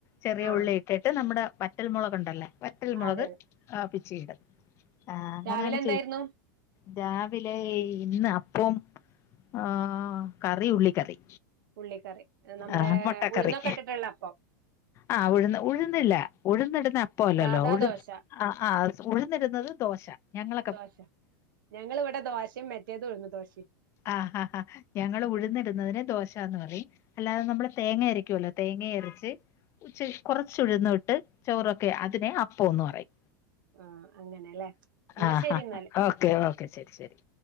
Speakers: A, on the left; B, on the right.
A: ചെറിയ
B: ആഹ്
A: ഉള്ളി ഇട്ടിട്ട് നമ്മുടെ വറ്റൽ മുളക് ഒണ്ടല്ല വറ്റൽമുളക്
B: അതെ അതെ
A: ആഹ് പിച്ചിയിടും ആഹ് അങ്ങനാണ്
B: രാവിലെ എന്തായിരുന്നു
A: രാവിലേ ഇന്ന് അപ്പോം ആഹ് കറി ഉള്ളിക്കറി
B: ഉള്ളിക്കറി നമ്മടെ
A: ആഹ് മുട്ടക്കറി
B: ഉഴുന്നൊക്കെ ഇട്ടിട്ടുള്ളപ്പം
A: ആഹ് ഉഴുന്ന് ഉഴുന്നില്ല ഉഴുന്നിടുന്ന അപ്പൊ അല്ലല്ലോ
B: സാധാ
A: ഉഴ്‌
B: ദോശ
A: ആഹ് ആഹ് സ് ഉഴുന്നിടുന്നത് ദോശ ഞങ്ങൾ
B: ദോശ ഞങ്ങളിവിടെ ദോശേം മെറ്റേതും ഉഴുന്ന് ദോശേം
A: ആഹഹാ ഞങ്ങള് ഉഴുന്നിടുന്നതിന് ദോശാന്ന് പറയും അല്ലാത നമ്മള് തേങ്ങ അരക്കുവല്ലോ തേങ്ങേം അരച്ച് ശ് കൊറച്ചുഴുന്നു ഇട്ട് ചോറൊക്കെ അതിനെ അപ്പോന്ന് പറയും
B: ആഹ അങ്ങനല്ലേ എന്നാ
A: ആഹ്
B: ശരി
A: ആഹ്
B: എന്നാല്
A: ഓക്കെ ഓക്കെ ശരി ശരി